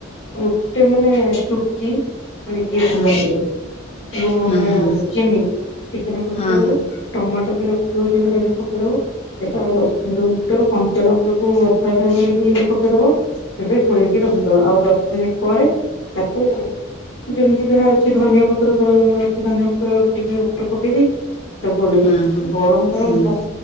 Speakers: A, on the left; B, on the left.
A: ଗୋଟେ ମାନେ ଚୁଟକି ମାନେ ଇଏ ହାତ
B: ହୁଁ
A: ହେଇ ଯଉ
B: ହଁ
A: ମାନେ
B: ହଁ
A: ଚିନି ଟିକେ ନକୁରୁ
B: ହଁ
A: ପକେଇ ଦବ
B: ହଁ ହୁଁ
A: ଟମାଟୋ ବି ରଖ ତୁଳସି ଧାରାରେ ପକେଇ ଦବ ସେଟା ଆଉ ଦଶ ପନ୍ଦରିନିଟରେ କନ୍ କଞ୍ଚାଲଙ୍କା କୁ ଅଧା ଅଧା କରିକି ପକେଇଦବା ଏବେ ଘୋଳେଇକି
B: ହୁଁ
A: ରଖିଦବା ଆଉ ଦଶ ମିନିଟ ପରେ ତାକୁ ଯେମିତି ଯାହା ଅଛି ଧନିଆ ପତ୍ର କହିବମୋର ଅଛି ଧନିଆ ପତ୍ର ଟିକେ ଉପରେ ପକେଇ ଦେଇେଇକି ତାକୁ ଓଲେଇଦବ୍
B: ହଁ ହଁ
A: ଗରମ ଗରମ
B: ହୁଁ
A: ଭା